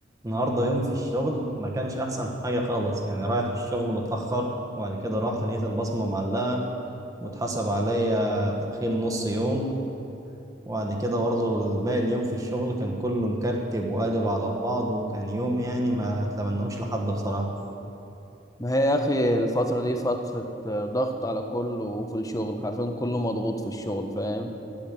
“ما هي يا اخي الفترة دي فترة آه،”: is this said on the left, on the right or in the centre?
Left